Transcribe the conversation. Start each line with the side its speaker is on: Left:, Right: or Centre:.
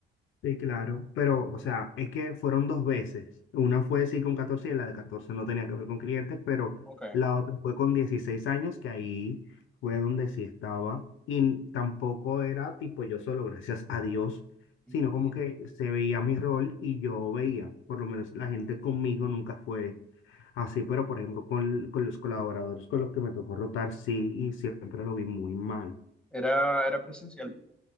Left: sí, claro, pero, o sea, es que fueron dos veces. Una fue sí con 14 y la de 14 no tenía que ver con clientes, pero
Centre: Ok.
Left: la otra fue con 16 años, que ahí fue donde sí estaba. Y n- tampoco era tipo yo solo, gracias a Dios,
Centre: Ujú.
Left: sino como que se veía mi rol y yo veía, por lo menos la gente conmigo nunca fue Así, pero por ejemplo, con, con los colaboradores con los que me tocó rotar, sí, y siempre lo vi muy mal.
Centre: Era, era presencial.